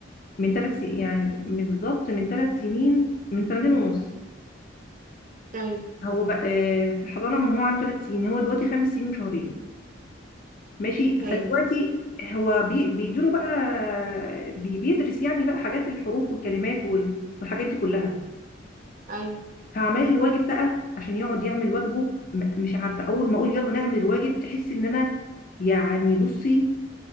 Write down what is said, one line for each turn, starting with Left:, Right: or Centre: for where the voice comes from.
Left: من ثلاث يعني بالظبط من ثلاث سنين من سنتين ونص
Right: ايوه
Left: هو بقى آه، في الحضانه من هو عنده ثلاث سنين هو دلوقتي خمس سنين وشهرين ماشي
Right: ايوه
Left: فدلوقتي هو بي- بيدوله بقى بي- بيدرس يعني بقى حاجات الحروف والكلمات وال- والحاجات دي كلها
Right: ايوه
Left: فعمال الواجب بقى عشان يقعد يعمل واجبه م- مش عارفه اول ما اقول يلا نعمل الواجب تحس ان انا يعني بصي